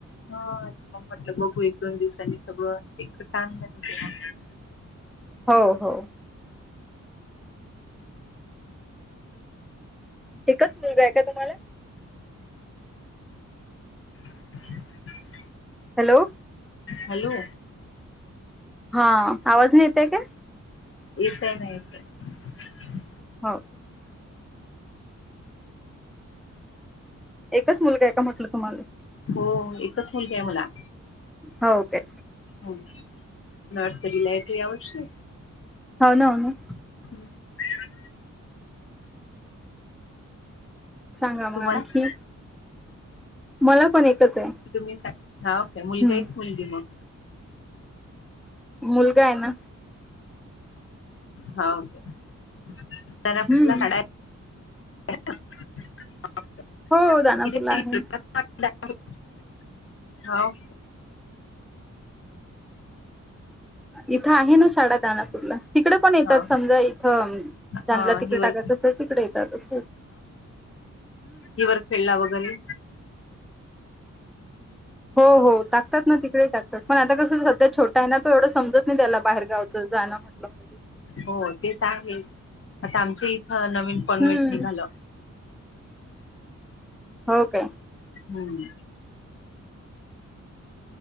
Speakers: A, on the left; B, in the centre.
A: म्हटलं बघू एक दोन दिवसांनी सगळं एक टाम झालं तेव्हा
B: हो हो. एकच मुलगा आहे का तुम्हाला?
A: <unintelligible>
B: हॅलो
A: हॅलो
B: हां आवाज नाही येतोय काय?
A: येत आहे ना येत हाय.
B: हो. एकच मुलगा आहे का म्हटलं तुम्हाला?
A: हो एकच मुलगी आहे मला.
B: हो काय?
A: हं नर्सरी लायटि आवडशी
B: होन ना हो ना.
A: <inaudible>
B: सांगा मग
A: तुम्हाला
B: आणखी? मला पण एकच आहे.
A: तुम्ही हा ओके मुलगा
B: हम्म
A: आहे का मुलगी मग?
B: मुलगा आहे ना.
A: हां ओके <unintelligible>
B: हम्म
A: <unintelligible>
B: हो दानापूरला आहे
A: <unintelligible> हो.
B: इथं आहे ना साडा दानापूरला तिकडे पण येतात
A: हा
B: समजा इथं त्यांनला
A: हा
B: तिकडे
A: हिवर
B: टाकायचं असेल तिकडे येतात असेल.
A: हिवर खेळला वगैरे
B: हो हो टाकतात ना तिकडे टाकतात पण आता कसं सध्या छोटा आहे ना तो एवढं समजत नाही त्याला बाहेर गावचं जा म्हटलं म्हणजे ते.
A: हो ते तर आहेच आता आमच्या इथं नवीन कॉन्व्हेट
B: हम्म
A: निघालं.
B: हो काय?
A: हम्म.